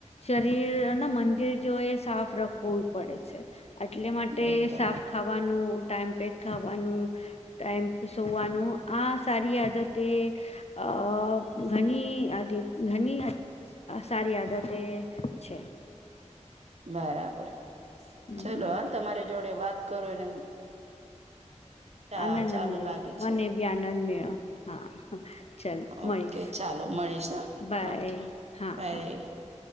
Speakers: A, on the left (about 55°); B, on the right (about 60°).
A: શરીર ને મંદિર જો એ સાફ રખવું પડે છે. એટલે માટે
B: એકદમ
A: સાફ ખાવાનું ટાઈમ પેક ખાવાનું ટાઈમ પે સોવાનું આ સારી આદતે અ ઘણી આ ઘણી સારી આદતે છે.
B: બરાબર
A: હમ
B: ચલો આ તમારી જોડે વાત કરોને ચા
A: આનંદ
B: ચાલુ
A: મેળો
B: લાગે
A: મને
B: છે.
A: આનંદ મેળો હા હા ચાલો મળીશું
B: ઓકે ચાલો મળીશ હા
A: બાય
B: ઓકે
A: હા
B: બાય
A: હા